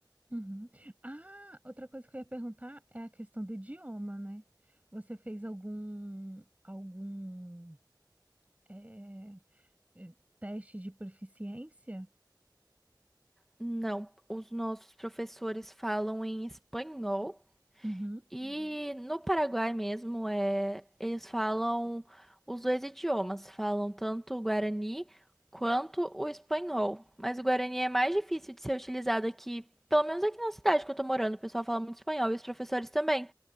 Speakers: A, on the right; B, in the centre.
A: Uhum. Ah, outra coisa que eu ia perguntar é a questão do idioma, né? Você fez algum algum é, é, teste de proficiência?
B: Não, os nossos professores falam em espanhol.
A: Uhum.
B: E no Paraguai mesmo, é, eles falam os dois idiomas, falam tanto o guarani quanto o espanhol. Mas o guarani é mais difícil de ser utilizado aqui, pelo menos aqui na cidade que eu tô morando, o pessoal fala muito espanhol e os professores também.